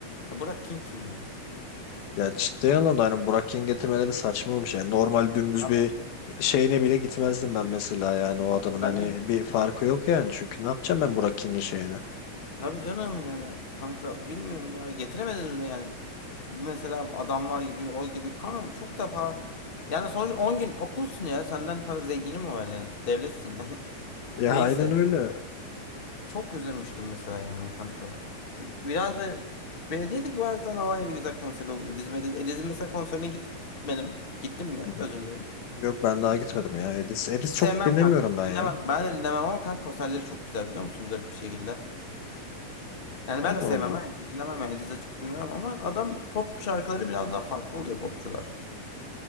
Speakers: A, on the left (about 20°); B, on the left (about 80°).
A: Ya Burak King kim ya?
B: Ya ciddi anlamda hani Burak Yıldırım getirmeleri saçma olmuş. Yani normal dümdüz
A: Abi
B: bir
A: çok
B: şeyine bile gitmezdim ben mesela yani o adamın
A: ben
B: hani
A: de git.
B: bir farkı yok yani. Çünkü ne yapacağım ben Burak King'in şeyine?
A: Tabii canım yani kanka bilmiyorum ya getiremediniz mi yani? Mesela adamlar gibi o gibi kanka çok defa Yani sonuç 10 gün okulsun ya. Senden para zengini mi var yani? Devletsin yani. <laughs>
B: Ya
A: Neyse.
B: aynen öyle. Hı
A: Çok üzülmüştüm mesela yani kanka. Biraz da belediye de bazen Alanya'da güzel konser oluyor. İdizim, İdiz, İdiz'in mesela konserine git benim. Gittim mi?
B: hı.
A: Özür dilerim.
B: Yok ben daha gitmedim ya. Edis, Edis
A: Hiç sevmem
B: çok dinlemiyorum
A: kanka.
B: ben
A: Dinlemem.
B: ya.
A: Ben de dinlemem ama kanka konserleri çok güzel biliyor musun? Garip bir şekilde. Yani
B: Allah
A: ben de sevmem
B: Allah.
A: ha. İdiz dinlemem. Yani İdiz açıp dinlemem ama adam pop şarkıları biraz daha farklı oluyor popçular.